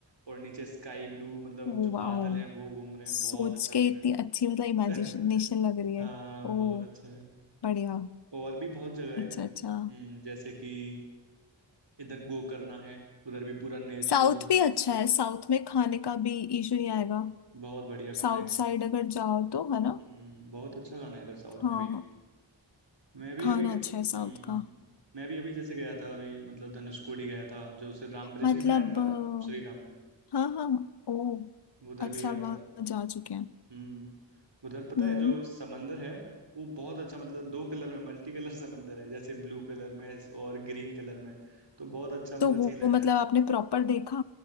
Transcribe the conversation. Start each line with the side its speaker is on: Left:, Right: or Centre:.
Right: और नीचे स्काई ब्लू मतलब
Left: ओ
Right: जो बादल
Left: वाओ
Right: हैं वो घूम रहे हैं
Left: सोच
Right: बहुत अच्छा
Left: के
Right: सीन
Left: इतनी
Right: है
Left: अच्छी मतलब इमेजिनेशन
Right: <laughs>
Left: लग रही है
Right: हाँ
Left: ओ
Right: बहुत अच्छा
Left: बढ़िया
Right: और भी बहुत जगह है
Left: अच्छा
Right: हम्म,
Left: अच्छा
Right: जैसे कि इधर गोकर्णा है उधर भी पूरा नेचुरल
Left: साउथ भी अच्छा है साउथ में खाने का भी इशू नहीं आएगा
Right: बहुत बढ़िया खाना
Left: साउथ
Right: है इधर
Left: साइड अगर जाओ तो है ना
Right: हम्म बहुत अच्छा खाना है इधर साउथ
Left: हाँ
Right: में भी
Left: हाँ
Right: मैं भी
Left: खाना
Right: अभी
Left: अच्छा है साउथ
Right: हम्म
Left: का
Right: मैं भी अभी जैसे गया था अभी मतलब धनुषकोडी गया था जो उसे राम ब्रिज
Left: मतलब
Right: नहीं बनाया था
Left: अ,
Right: श्री राम ने
Left: हाँ हाँ ओ
Right: वो उधर
Left: अच्छा
Right: भी गया
Left: वहाँ
Right: था
Left: जा चुके हैं
Right: हम्म उधर पता
Left: हम्म
Right: है जो समंदर है वो बहुत अच्छा मतलब दो कलर में मल्टी कलर समंदर है जैसे ब्लू कलर में और ग्रीन कलर में तो बहुत अच्छा मतलब
Left: तो वो
Right: सीन लगता
Left: वो मतलब
Right: है
Left: आपने प्रॉपर देखा